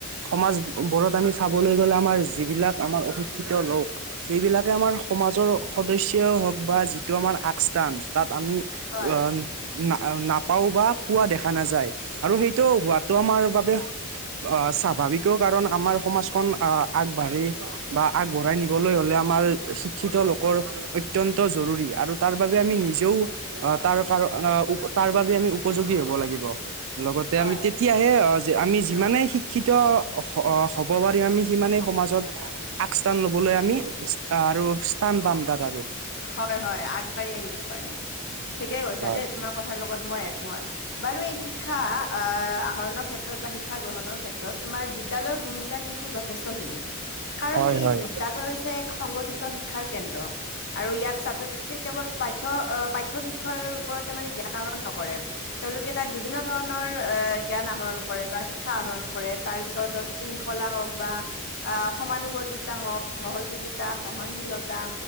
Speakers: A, on the right; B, on the left.
A: সমাজবোৰত আমি চাবলৈ গ'লে, আমাৰ যিবিলাক আমাৰ অশিক্ষিত লোক সেইবিলাকে আমাৰ সমাজৰ সদস্যই হওঁক বা যিটো আমাৰ আগস্থান তাত আমি অ'
B: হয়
A: না-নাপাওঁ বা পোৱা দেখা নাযায় আৰু সেইটো হোৱাটো আমাৰ বাবে অহ' স্বাভাৱিকো কাৰণ আমাৰ সমাজখন আ আগবাঢ়ি বা আগবঢ়াই নিবলৈ হ'লে আমাৰ শিক্ষিত লোকৰ অত্যন ত জৰুৰী আৰু তাৰ বাবে আমি নিজেও অ' তাৰ কাৰ তাৰ বাবে উপযোগী হ'ব লাগিব। লগতে
B: হয়
A: আমি তেতিয়াহে সে অ যে আমি যিমানেই শিক্ষিত হ'ব পাৰিম আমি সিমানেই সমাজত আগস্থান লবলৈ আমি আৰু স্থান পাম তাত আৰু
B: হয় হয় আগ আগবাঢ়ি আহিব পাৰিম। ঠিকেই কৈছা
A: হয়
B: দেই, তোমাৰ কথাৰ লগত মই একমত বাৰু এই শিক্ষা আহৰণৰ ক্ষেত্ৰত বা শিক্ষা গ্ৰহণৰ ক্ষেত্ৰত তোমাৰ বিদ্যালয়ৰ ভূমিকা কিন্তু যথেষ্টখিনি, কাৰণ
A: হয়
B: এই
A: হয়
B: বিদ্যালয় এক সংগঠিত শিক্ষাৰ কেন্দ্ৰ। আৰু ইয়াত ছাত্ৰ ছাত্ৰীয়ে কেৱল পাঠ্য পাঠ্যয় বিষয়ৰ ওপৰতে মানে জ্ঞান আহৰণ নকৰে। তেওঁলোকে তাত বিভিন্ন ধৰণৰ এ জ্ঞান আহৰণ কৰে বা শিক্ষা আহৰণ কৰে তাৰ ভিতৰত দচ দিন <unintelligible> কলা হওঁক বা আহ সমানুবৰ্তিতা হওঁক বা সহযোগিতা, সহনশীলতা